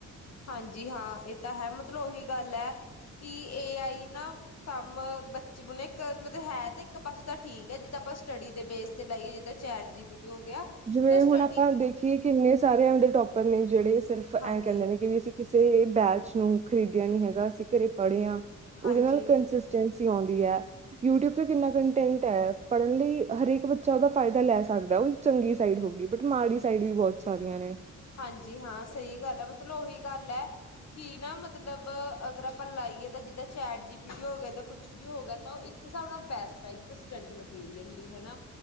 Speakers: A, on the left; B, on the right.
A: ਹਾਂਜੀ ਹਾਂ ਇਹ ਤਾਂ ਹੈ, ਮਤਲਬ ਉਹੀ ਗੱਲ ਹੈ ਕਿ ਏ ਆਈ ਨਾ ਕੰਮ ਬੱਚੇ ਬਨ ਇੱਕ ਮਤਲਬ ਹੈ ਤੇ ਇੱਕ ਪਾਸ ਤਾਂ ਠੀਕ ਹੈ, ਜਿੱਦਾਂ ਆਪਾਂ ਸਟੱਡੀ ਦੇ ਬੇਸ ਤੇ ਲਾਈਏ ਜਿੱਦਾਂ ਚੈਟ ਜੀਪੀ ਟੀ। ਹੋ ਗਿਆ
B: ਜਿਵੇਂ
A: ਤਾਂ ਸਟੱਡੀ
B: ਹੁਣ ਆਪਾਂ
A: ਵੀ
B: ਦੇਖੀਏ, ਕਿੰਨੇ ਸਾਰੇਆਂ ਦੇ ਟੋਪ ਪੱਲੇ ਜਿਹੜੇ ਸਿਰਫ ਐ,
A: ਹਾਂਜੀ
B: ਕਹਿੰਦੇ ਨੇ ਕਿ ਵੀ ਅਸੀਂ ਕਿਸੇ ਵੀ <unintelligible> ਬੈਚ ਨੂੰ ਖਰੀਦਿਆ ਨੀ ਹੈਗਾ, ਅਸੀਂ ਘਰੇ ਪੜੇ ਹਾਂ। ਉਹਦੇ
A: ਹਾਂਜੀ
B: ਨਾਲ ਕੰਸਿਸਟੈਂਸੀ ਆਉਂਦੀ ਹੈ। ਯੂਟਿਊਬ ਤੋਂ ਕਿੰਨਾ ਕੰਟੈਂਟ ਹੈ। ਪੜ੍ਹਨ ਲਈ ਹਰੇਕ ਬੱਚਾ ਉਹਦਾ ਫਾਇਦਾ ਲੈ ਸਕਦਾ। ਉਹੀ ਚੰਗੀ ਸਾਈਡ ਹੋ ਗਈ ਬਟ ਮਾੜੀ ਸਾਈਡ ਵੀ ਬਹੁਤ ਸਾਰੀਆਂ ਨੇ।
A: ਹਾਂਜੀ-ਹਾਂ, ਸਹੀ ਗੱਲ ਹੈ। ਮਤਲਬ, ਉਹੀ ਗੱਲ ਹੈ ਕਿ ਨਾ ਮਤਲਬ ਅਗਰ ਆਪਾਂ ਲਾਈਏ ਤਾਂ ਜਿੱਦਾਂ ਚੈਟ ਜੀ ਪੀ ਟੀ ਹੋ ਗਿਆ ਜਾਂ ਕੁਛ ਵੀ ਹੋ ਗਿਆ ਤਾਂ ਉਹ ਇੱਕ ਹਿਸਾਬ ਨਾਲ ਬੈਸਟ ਹੈ ਇੱਕ ਸਟੱਡੀ ਮਟੀਰੀਅਲ ਲਈ। ਹਨਾ,